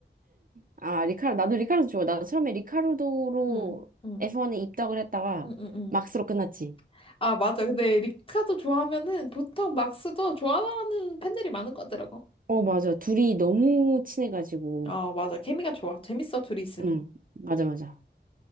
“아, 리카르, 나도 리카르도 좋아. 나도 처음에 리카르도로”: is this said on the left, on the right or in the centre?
Right